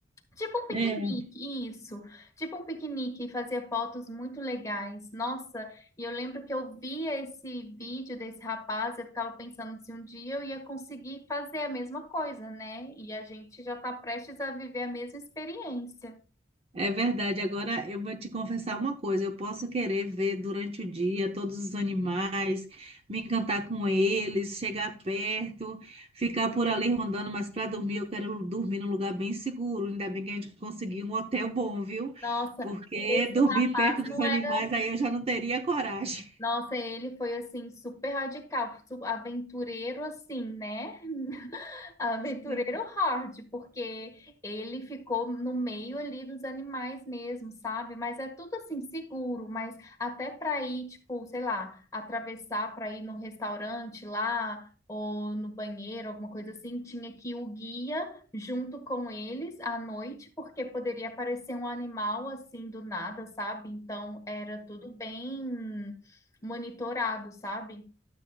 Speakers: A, on the left (about 15°); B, on the right (about 30°).
A: Tipo um piquenique,
B: É.
A: isso. Tipo um piquenique, e fazia fotos muito legais. Nossa, e eu lembro que eu via esse vídeo desse rapaz, eu ficava pensando se um dia eu ia conseguir fazer a mesma coisa, né? E a gente já está prestes a viver a mesma experiência.
B: É verdade. Agora eu vou te confessar uma coisa. Eu posso querer ver durante o dia todos os animais, me encantar com eles, chegar perto, ficar por ali rondando, mas para dormir eu quero dormir num lugar bem seguro. Ainda bem que a gente conseguiu um hotel bom, viu?
A: Nossa,
B: Porque
A: esse
B: dormir
A: rapaz
B: perto dos
A: não
B: animais
A: era
B: aí eu já não teria coragem.
A: Nossa, ele foi assim super radical, su- aventureiro assim, né? Aventureiro
B: <laughs> Sim.
A: hard, porque ele ficou no meio ali dos animais mesmo, sabe? Mas é tudo assim seguro, mas até para ir, tipo, sei lá, atravessar para ir no restaurante lá ou no banheiro, alguma coisa assim, tinha que ir o guia junto com eles à noite, porque poderia aparecer um animal assim do nada, sabe? Então era tudo bem monitorado, sabe?